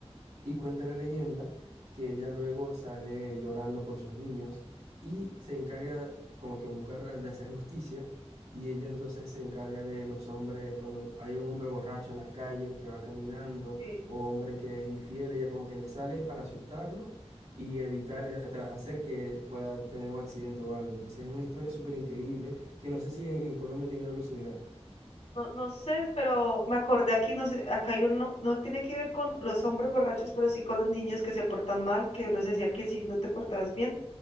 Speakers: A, on the right; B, on the left.
A: Y cuenta la leyenda que ella luego sale llorando por sus niños y se encarga como que buscar de hacer justicia. Y ella entonces se encarga de los hombres, cuando hay un hombre borracho en las calles que va caminando
B: Sí.
A: o hombre que es infiel, ella como que le sale para asustarlo y evitar, eh, tra- hacer que pueda tener un accidente o algo. Entonces es una historia súper increíble que no sé si en, en Colombia tiene algo similar.
B: No, no sé, pero me acordé aquí, no sé, acá hay uno, no tiene que ver con los hombres borrachos, pero sí con los niños que se portan mal, que uno decía que si no te portabas bien,